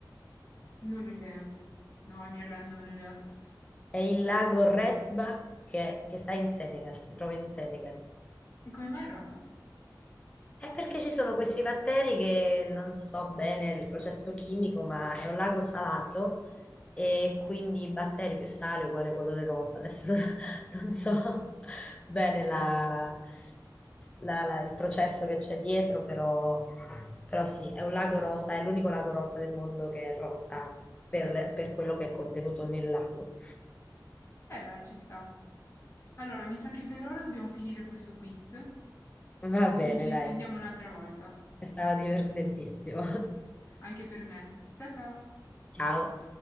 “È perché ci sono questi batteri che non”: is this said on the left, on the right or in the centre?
Left